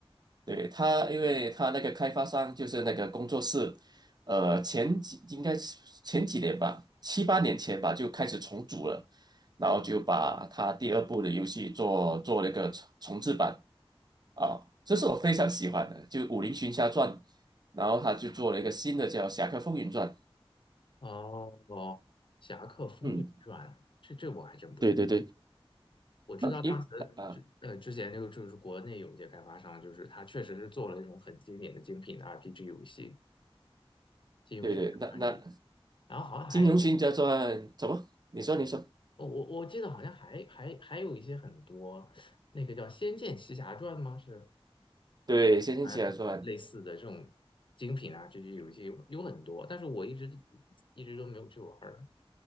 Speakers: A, on the right; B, on the left.
A: 对，他，因为他那个开发商就是那个工作室，呃，前几应该是前几年吧，七八年前吧，就开始重组了，然后就把他第二部的游戏做做了一个重重制版啊，这是我非常喜欢的，就《武林群侠传》，然后他就做了一个新的叫《侠客风云传》，
B: 哦，《侠客风云传》，
A: 嗯，
B: 这这我还真不知道。
A: 对对对，
B: 我知道当时之呃之前就个就是国内有一些开发商，
A: 啊，因啊，
B: 就是他确实是做了那种很经典的精品的 RPG 游戏，《金庸群侠传》是一，
A: 对对，那那
B: 然后好像还有
A: 《金庸群侠传》怎么？你说你说，
B: 我我我记得好像还还还有一些很多那个叫《仙剑奇侠传》吗？是
A: 对，《仙剑奇侠传》，
B: 好像是类似的这种精品啊这些游戏有有很多，但是我一直一直都没有去玩儿，